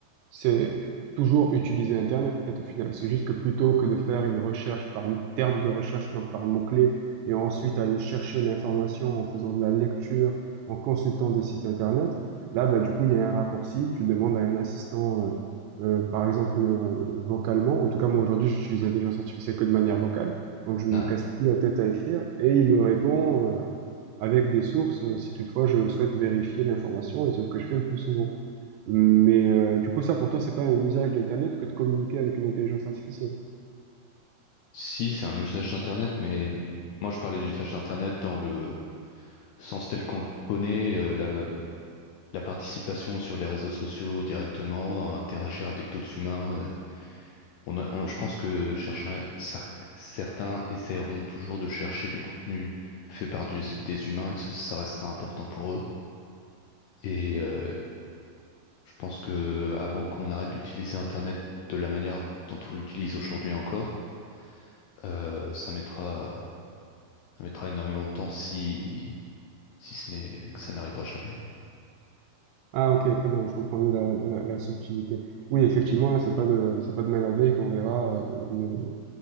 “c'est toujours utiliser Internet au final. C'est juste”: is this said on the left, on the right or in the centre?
Right